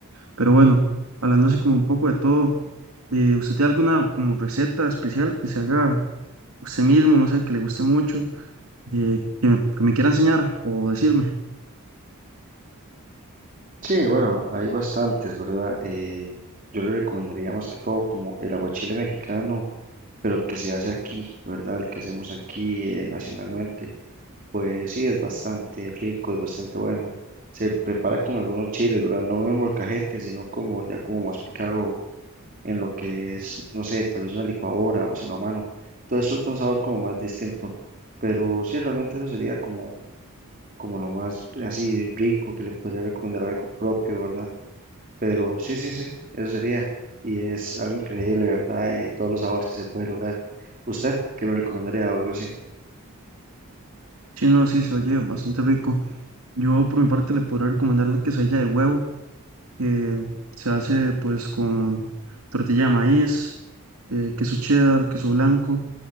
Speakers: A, on the right; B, on the right.
A: Pero bueno, hablando así como un poco de todo, eh, ¿usted tiene alguna como receta especial que se haga usted mismo, no sé, que le guste mucho, eh, que, me, que me quiera enseñar o decirme?
B: Sí, bueno, hay bastantes, ¿verdad? Eh, yo le recomendaría más que todo como el aguachile mexicano, pero que se hace aquí, ¿verdad? El que hacemos aquí eh, nacionalmente. Pues sí, es bastante rico, es bastante bueno. Se prepara con algunos chiles, ¿verdad? No en el molcajete, sino como ya como más picado en lo que es, no sé, tal vez una licuadora o sino a mano. Entonces suelta un sabor como más distinto. Pero sí, realmente eso sería como, como lo más eh, así rico que le podría recomendar algo propio, ¿verdad? Pero sí, sí, sí, eso sería. Y es algo increíble, ¿verdad? Y todos los sabores que se puede lograr. ¿Usted qué me recomendaría o algo así?
A: Sí, no, sí, se oye bastante rico. Yo por mi parte le podría recomendar la quesadilla de huevo, que se hace pues con tortilla de maíz, eh, queso cheddar, queso blanco